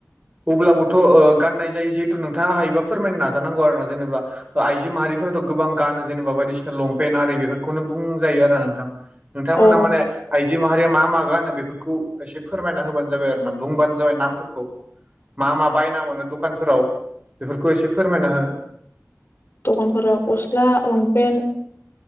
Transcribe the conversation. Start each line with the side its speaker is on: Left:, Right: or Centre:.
Right: अब्लाबोथ' ओ गाननाय जायो जिहेथु नोंथाङा हायोबा फोरमायनो नाजानांगौ आरोना जेनेबा आइजो माहारिफोरा गोबां गानो जेनेबा बायदिसिना लंपेन्ट आरि बेफोरखौनो बुंजायो आरो नोंथां नोंथांमोना
Left: अ
Right: माने आइजो माहारिया मा मा गानो बेफोरखौ एसे फोरमायना होबानो जाबाय आरोना बुंबानो जाबाय नामफोरखौ मा मा बायना मोनो दखानफोराव बेफोरखौ एसे फोरमायना हो
Left: दखानफोराव गस्ला लंपेन्ट